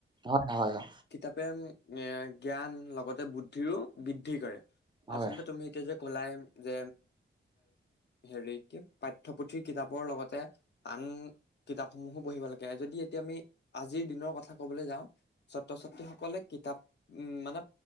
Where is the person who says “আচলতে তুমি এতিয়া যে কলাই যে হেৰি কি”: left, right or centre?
Left